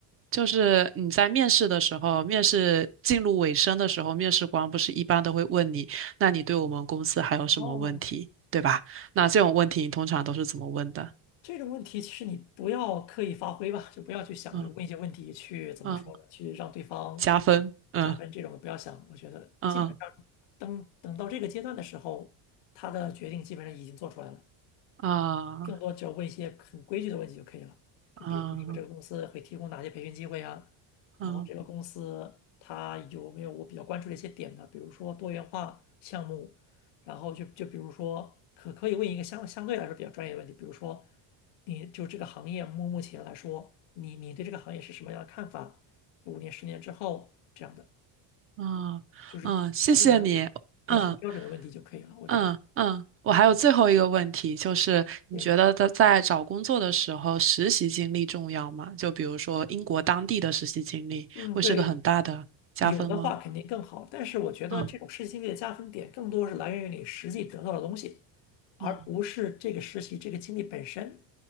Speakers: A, on the right; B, on the left.
A: 就是你在面试的时候，面试进入尾声的时候，面试官不是一般都会问你，那你对我们公司还有什么问题，
B: 哦，
A: 对吧？那这种问题你通常都是怎么问的？
B: 这种问题其实你不要刻意发挥吧，就不要去想着问一些问题去怎么说呢，
A: 嗯嗯，
B: 去让对方
A: 加分，嗯。
B: 加分这种不要想。我觉得基本上等等到这个阶段的时候，
A: 嗯嗯
B: 他的决定基本上已经做出来了。
A: 啊
B: 更多只要问一些很规矩的问题就可以了。就比如你们这个公司会提供哪些培训机会啊？
A: 啊
B: 然后这个公司它有没有我比较关注的一些点呢？
A: 啊
B: 比如说多元化项目，然后就就比如说可可以问一个相相对来说比较专业的问题，比如说你就这个行业目目前来说，你你对这个行业是什么样的看法？五年、十年之后这样的，
A: 啊啊！
B: 就是相对来说
A: 谢谢你。
B: 对很标准的问题就可以了，
A: 嗯
B: 我觉得。
A: 嗯嗯，我还有最后一个问题，就是你觉得在在找工作的时候，
B: 行，
A: 实习经历重要吗？就比如说英国当地的实习经历，
B: 嗯，
A: 会是个很大的加分吗？
B: 对，有的话肯定更好，但是我觉得这种实习经历的加分点更多是来源于你实际得到的东西，
A: 嗯
B: 而不是这个实习这个经历本身。
A: 嗯